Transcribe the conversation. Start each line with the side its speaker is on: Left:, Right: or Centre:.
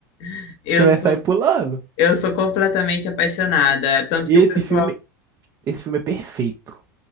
Left: <laughs> Eu
Right: Você vai sair
Left: sou,
Right: pulando.
Left: eu sou completamente apaixonada. Tanto
Right: Esse
Left: que o pessoal.
Right: filme, esse filme é perfeito.